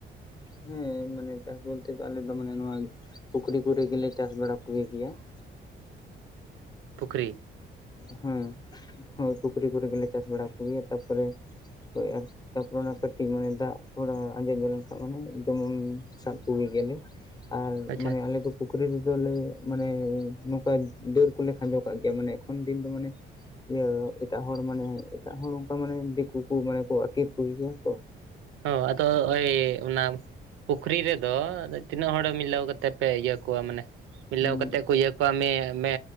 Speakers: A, on the left; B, on the right.
A: ᱦᱮᱸ, ᱢᱟᱱᱮ ᱪᱟᱥ ᱵᱚᱞᱛᱮ ᱫᱚ ᱟᱞᱮ ᱫᱚ ᱢᱟᱱᱮ ᱱᱚᱣᱟ ᱯᱩᱠᱷᱨᱤ ᱠᱚᱨᱮ ᱜᱮᱞᱮ ᱪᱟᱥ ᱵᱟᱲᱟ ᱠᱚᱜᱮ ᱜᱮᱭᱟ ᱾
B: ᱯᱩᱠᱷᱨᱤ ᱾
A: ᱦᱮᱸ, ᱦᱳᱭ ᱯᱩᱠᱷᱨᱤ ᱠᱚᱨᱮ ᱜᱮᱞᱮ ᱪᱟᱥ ᱵᱟᱲᱟ ᱠᱚᱜᱮᱭᱟ ᱾ ᱛᱟᱯᱚᱨᱮ ᱦᱳᱭ ᱟᱨ ᱛᱟᱯᱚᱨᱮ ᱚᱱᱟ ᱠᱟᱹᱴᱤᱡ ᱢᱟᱱᱮ ᱫᱟᱜ ᱛᱷᱚᱲᱟ ᱟᱸᱡᱮᱫ ᱧᱚᱜ ᱞᱮᱱᱠᱷᱟᱱ ᱢᱟᱱᱮ ᱡᱮᱢᱚᱱ ᱥᱟᱵ ᱠᱚ ᱜᱮᱭᱟ ᱞᱮ ᱟᱨ
B: ᱟᱪᱪᱷᱟ
A: ᱢᱟᱱᱮ
B: ᱟᱪᱪᱷᱟ
A: ᱟᱞᱮ ᱫᱚ ᱯᱩᱠᱷᱨᱤ ᱨᱮᱫᱚ ᱞᱮ ᱢᱟᱱᱮ ᱱᱚᱝᱠᱟ ᱰᱟᱹᱨ ᱠᱚᱞᱮ ᱠᱷᱟᱸᱡᱚ ᱠᱟᱜ ᱜᱮᱭᱟ ᱾ ᱢᱟᱱᱮ ᱮᱠᱷᱚᱱ ᱫᱤᱱ ᱫᱚ ᱢᱟᱱᱮ ᱤᱭᱟᱹ ᱮᱴᱟᱜ ᱦᱚᱲ ᱢᱟᱱᱮ ᱮᱴᱟᱜ ᱦᱚᱲ ᱚᱱᱠᱟ ᱢᱟᱱᱮ ᱫᱤᱠᱩ ᱠᱚ ᱢᱟᱱᱮ ᱠᱚ ᱟᱹᱠᱤᱨ ᱠᱩ ᱜᱮᱭᱟ ᱛᱚ ᱾
B: ᱦᱳ ᱟᱫᱚ ᱳᱭ ᱚᱱᱟ ᱯᱩᱠᱷᱨᱤ ᱨᱮᱫᱚ ᱛᱤᱱᱟᱹᱜ ᱦᱚᱲ ᱢᱤᱞᱟᱹᱣ ᱠᱟᱛᱮᱫ ᱯᱮ ᱤᱭᱟᱹ ᱠᱚᱣᱟ, ᱢᱟᱱᱮ ᱢᱤᱞᱟᱹᱣ
A: ᱦᱮᱸ
B: ᱠᱟᱛᱮᱫ ᱠᱚ ᱤᱭᱟᱹ ᱠᱚᱣᱟ ᱢᱮ ᱢᱮ